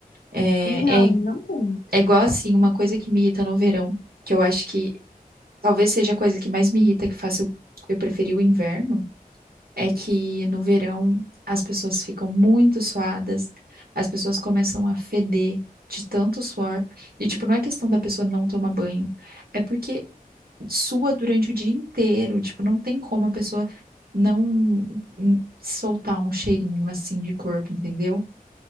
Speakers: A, on the right (about 80°); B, on the left (about 75°).
A: É,
B: Não,
A: é
B: não tem.
A: É igual assim, uma coisa que me irrita no verão, que eu acho que talvez seja a coisa que mais me irrita, que faça eu, eu preferir o inverno, é que no verão as pessoas ficam muito suadas, as pessoas começam a feder de tanto suor. E, tipo, não é questão da pessoa não tomar banho, é porque sua durante o dia inteiro. Tipo, não tem como a pessoa não hum, soltar um cheirinho assim de corpo, entendeu?